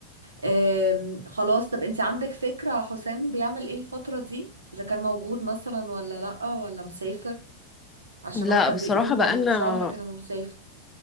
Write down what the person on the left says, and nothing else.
لا
بصراحة
بقالنا